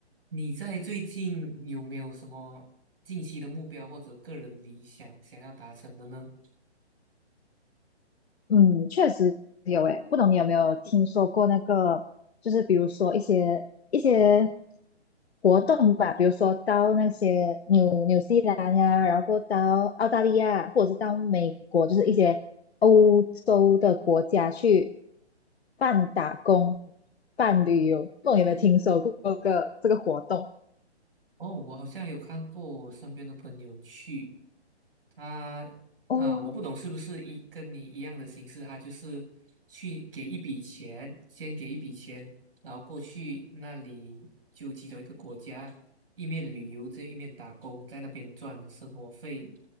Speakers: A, on the right; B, on the left.
A: 你在最近有没有什么近期的目标或者个人理想想要达成的呢？
B: 嗯，确实有诶，不懂你有没有听说过那个，就是比如说一些一些活动吧，比如说到那些纽纽西兰呀，然后到澳大利亚，或者是到美国，就是一些欧洲的国家去办打工、办旅游，不懂你有没有听说过这个这个活动？
A: 哦，我好像有看过我身边的朋友去，他啊，
B: 哦，
A: 我不懂是不是一跟你一样的形式，他就是去给一笔钱，先给一笔钱，然后过去那里就其中一个国家，一面旅游，这一面打工，在那边赚生活费，